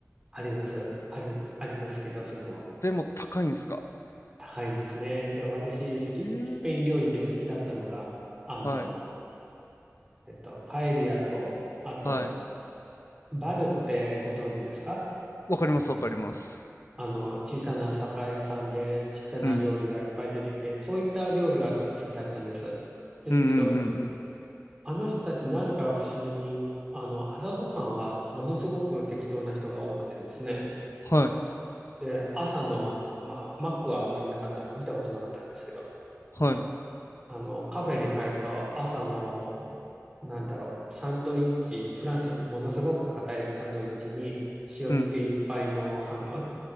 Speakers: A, on the right (about 15°); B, on the left (about 60°).
A: あります。あり、ありますけど、その、
B: でも高いんすか
A: 高いんですね。で、私、好き、
B: へえ。
A: スペイン料理で好きだったのが、あの、
B: はい。
A: えっと、パエリアと、あと、
B: はい。
A: バルってご存知ですか
B: わかります、わかります。
A: あの、小さな酒屋さんでちっちゃな料理がいっぱい出てきて、
B: うん。
A: そういった料理は好きだったんです。ですけど、
B: うんうんうんうん。
A: あの人たちなぜか不思議に、あの、朝ごはんはものすごく適当な人が多くてですね。
B: はい。
A: で、朝の、まあ、マックはあんまりなかったんで、見たことなかったんですけど、
B: はい。
A: あの、カフェに入ると朝の、なんだろう、サンドイッチ、フランス、ものすごく硬いサンドイッチに塩漬けいっぱいのハム、
B: うん。